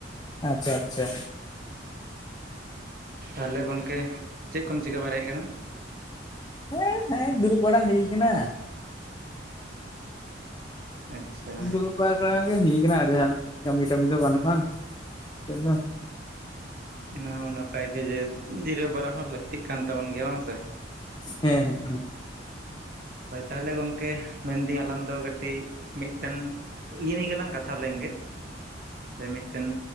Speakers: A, on the left (about 20°); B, on the right (about 50°).
A: ᱟᱪᱪᱷᱟ ᱟᱪᱪᱷᱟ
B: ᱛᱟᱦᱞᱮ ᱜᱚᱢᱠᱮ ᱪᱮᱫ ᱠᱚᱢ ᱪᱤᱠᱟᱹ ᱵᱟᱨᱟᱭᱮᱫ ᱠᱟᱱᱟ
A: ᱦᱮᱸ ᱦᱮᱸ ᱫᱩᱲᱩᱵ ᱵᱟᱲᱟ ᱦᱩᱭ ᱠᱟᱱᱟ᱾
B: ᱟᱪᱪᱷᱟ
A: ᱮ ᱫᱩᱲᱩᱵ <unintelligible> ᱜᱮ ᱦᱤᱡ ᱠᱟᱱᱟ ᱠᱟᱹᱢᱤ ᱴᱟᱢᱤ ᱫᱚ ᱵᱟᱹᱱᱩᱜ-ᱟ <unintelligible>
B: ᱚᱱᱟ ᱦᱚᱸ ᱱᱟᱯᱟᱭ ᱜᱮ ᱡᱮ ᱡᱤᱨᱟᱹᱣ ᱵᱟᱨᱟ ᱦᱚᱸ ᱞᱟᱹᱠᱛᱤᱜ ᱠᱟᱱ ᱛᱟᱵᱚᱱ ᱜᱮᱭᱟ ᱵᱟᱝ ᱥᱮ
A: ᱦᱮᱸ ᱦᱮᱸ
B: ᱦᱳᱭ ᱛᱟᱦᱚᱞᱮ ᱜᱚᱢᱠᱮ ᱢᱮᱱᱫᱤᱧ ᱟᱞᱟᱝ ᱫᱚ ᱠᱟᱹᱴᱤᱡ ᱢᱤᱫᱴᱟᱝ ᱤᱭᱟᱹ ᱱᱤᱭᱟᱹ ᱜᱮᱞᱟᱝ ᱠᱟᱛᱷᱟ ᱞᱮᱱ ᱜᱮ ᱥᱮ ᱢᱤᱫᱴᱟᱝ